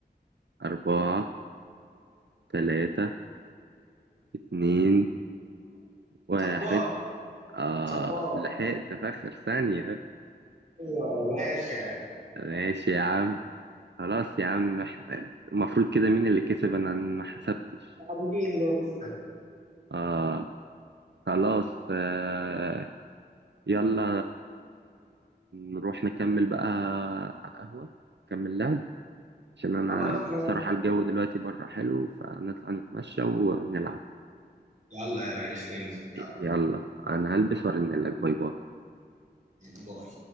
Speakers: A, on the right; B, on the right.
A: أربعة تلاتة اتنين واحد
B: صبار
A: آه
B: صبار
A: لحقت في آخر ثانية
B: ايوه يا باشا
A: ماشي يا عم خلاص يا عم احنا المفروض كده مين اللي كسب أنا ما حسبتش
B: عاملين لسه
A: آه خلاص آه يلا نروح نكمل بقى على القهوة نكمل لعب عشان أنا
B: خلاص ماشي
A: بصراحة الجو دلوقتي بره حلو فنطلع نتمشى ونلعب
B: يلا يا ريس ننزل يلا
A: يلا أنا هلبس وأرنلك باي باي
B: باي